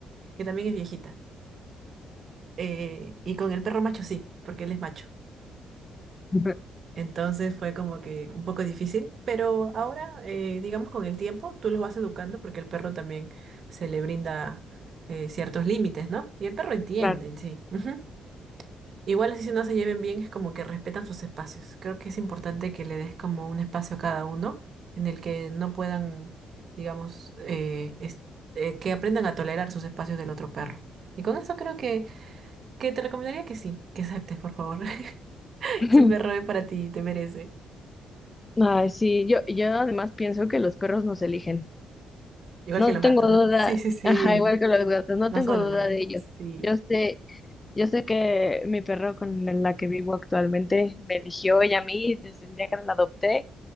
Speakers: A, on the right; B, on the left.
A: que también es viejita. Eh, y con el perro macho sí, porque él es macho.
B: <laughs>
A: Entonces fue como que un poco difícil, pero ahora, eh, digamos, con el tiempo tú los vas educando porque el perro también se le brinda eh, ciertos límites, ¿no? Y el perro entiende
B: Claro.
A: en sí. Ujú. Igual así si no se lleven bien, es como que respetan sus espacios. Creo que es importante que le des como un espacio a cada uno en el que no puedan, digamos, eh, es- eh, que aprendan a tolerar sus espacios del otro perro. Y con eso creo que, que te recomendaría que sí, que aceptes, por favor. <laughs>
B: <laughs>
A: Es un perro es para ti, te merece.
B: Ay, sí, yo, yo además pienso que los perros nos eligen.
A: Igual
B: No
A: que los
B: tengo
A: gatos,
B: duda,
A: ¿no? Sí, sí, sí.
B: ajá, igual que los gatos, no
A: No
B: tengo
A: solo
B: duda
A: los gatos,
B: de ello.
A: sí.
B: Yo sé, yo sé que mi perro con la que vivo actualmente me eligió ella a mí desde el día que la adopté